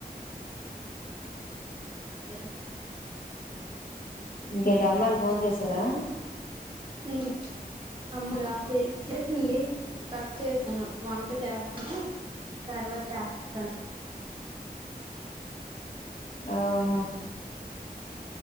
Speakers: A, on the right; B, on the left.
A: లేదా
B: ఇంకేంటి అమ్మావాళ్ళు ఫోన్ చేసారా
A: ఊ అమ్మలా చే చేసింది కట్ చేసాను వంట చేస్తానను తర్వాత చేస్తాను
B: ఆహా